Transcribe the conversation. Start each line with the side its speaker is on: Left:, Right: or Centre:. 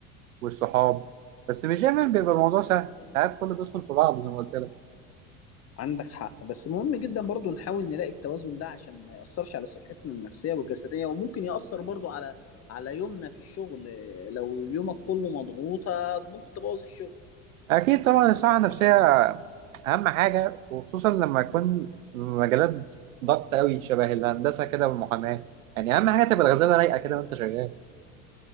Right: والصحاب بس مش دايما بيبقى الموضوع سهل ساعات كله بيدخل في بعض زي ما قلت لك
Left: عندك حق بس مهم جدا برضو نحاول نلاقي التوازن ده عشان ما يأثرش على صحتنا النفسيه والجسديه وممكن يأثر برضو على على يومنا في الشغل لو يومك كله مضغوطه ممكن تبوظ الشغل
Right: اكيد طبعا الصحه النفسيه اهم حاجه وخصوصا لما يكون مجالات ضغط قوي شبه الهندسه كده والمحاماه يعني اهم حاجه تبقى الغزاله رايقه كده وانت شغال